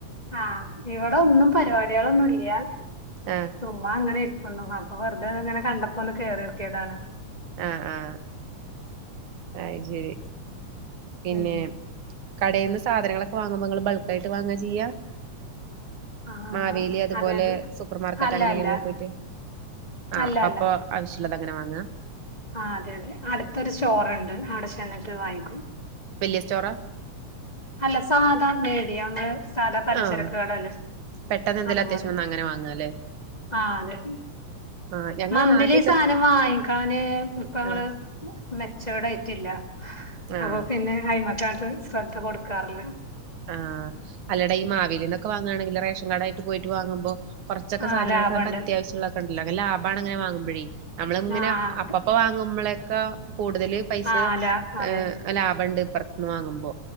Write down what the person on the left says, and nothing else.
ആഹ് ഇവെടെ ഒന്നും പരിപാട്യേളൊന്നുംല്ല്യാ
ചുമ്മാ അങ്ങനെ ഇര്ക്ക്ണതാ അപ്പൊ വെറുതെ ഇങ്ങനെ കണ്ടപ്പോ ഒന്ന് കേറിയൊക്കിയതാണ്
ഉം
ആഹ്
അതായത്
അല്ല
അല്ല
അല്ല അല്ല
ആഹ് അതെ അതെ അടുത്തൊരു സ്റ്റോറുണ്ട് അവിടെ ചെന്നിട്ട് വാങ്ങിക്കും
അല്ല സാധാ മിടിയം അമ്മള് സാധാ പലച്ചെരക്ക്
കടല്ലേ
അതുപോലെ
ആഹ് അതെ
മന്ത്ലി
സാനം വാങ്ങിക്കാന് ഇപ്പ അമ്മള്
മെച്ചോർഡ് ആയിട്ടില്ല
അപ്പൊ പിന്നെ അയ്മക്കങ്ങട്ട് ശ്രദ്ധ കൊട്ക്കാറില്ല
ആഹ്
ലാഭണ്ട്
ആഹ് അത്
ആഹ് ലാ അതെ